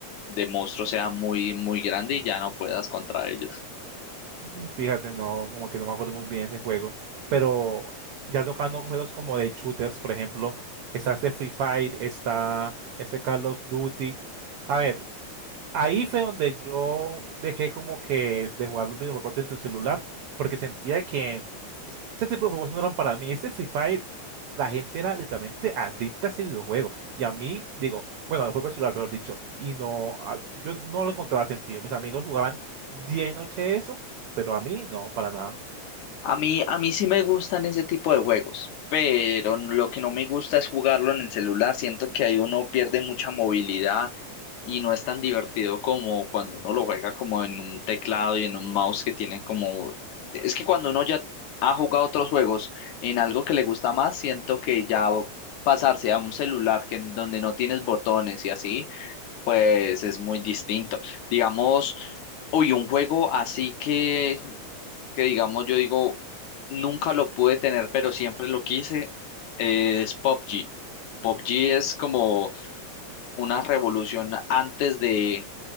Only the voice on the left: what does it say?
de monstruos sea muy, muy grande y ya no puedas contra ellos.
A mí, a mí sí me gustan ese tipo de juegos, pero n- lo que no me gusta es jugarlo en el celular. Siento que ahí uno pierde mucha movilidad y no es tan divertido como cuando uno lo juega como en un teclado y en un mouse que tienen como... Es que cuando uno ya ha jugado otros juegos en algo que le gusta más, siento que ya o- pasarse a un celular que en donde no tienes botones y así, pues es muy distinto. Digamos... Uy, un juego así que que digamos yo digo, nunca lo pude tener, pero siempre lo quise, es PUBG. PUBG es como una revolución antes de,